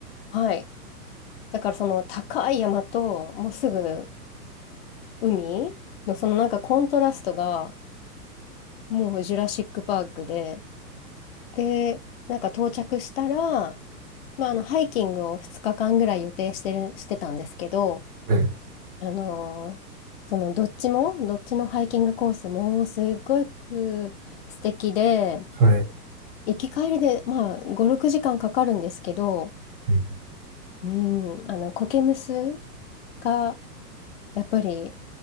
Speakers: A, on the left (about 40°); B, on the right (about 20°).
A: はい。だからその高い山と、もうすぐ海のそのなんかコントラストが、もうジュラシックパークで、で、なんか到着したら、まあ、あの、ハイキングを2日間ぐらい予定してる、してたんですけど、
B: はい、
A: あのーそのどっちも、どっちのハイキングコースもすっごく素敵で、
B: はい。
A: 行き帰りで、まあ、5、6時間かんかかるんですけど、
B: うん
A: うん、あの、コケムスがやっぱり、